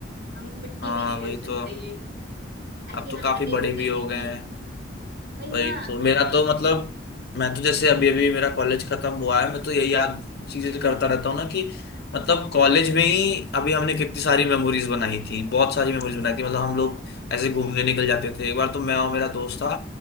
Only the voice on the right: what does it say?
हम मिट्टी
में नहीं लेट
सकते
ये ऐसी
हरकतें
उल्टी
सीधी
वही ना
तो
मतलब
हम्म